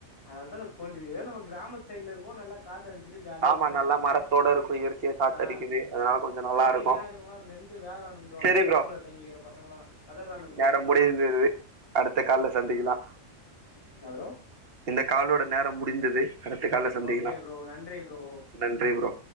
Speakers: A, on the left; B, on the right.
A: அதனால தா அந்த கொல்லி ஏ நம்ம கிராமத் சைடுல இருக்கோவ் நல்லா காத்து அடிச்சுட்டு ஜா ஜாலியா
B: ஆமா
A: ஒக்காஞ்சிட்டு
B: நல்லா
A: இருக்கோ
B: மரத்தோட இருக்கு இயற்கையா காத்தடிக்குது
A: நா
B: அதனால கொஞ்சோ நல்லா
A: இந் சிட்டில்லா
B: இருக்கு
A: இருக்கறோங்ளா வெந் ந்து வேவறானுங்க ப்ரோ அங்கபோய்
B: செரி
A: ரூம்ல தங்கிற பசங்கள கதர்றானுங்க ப்ரோ
B: நேரோ முடிந்தது அடுத்த கால்ல சந்திக்கலா
A: என்ன ப்ரோ
B: இந்த காலோட நேரம் முடிந்தது அடுத்த கால்ல சந்திக்கலா
A: ஓகே ப்ரோ நன்றி ப்ரோ
B: நன்றி ப்ரோ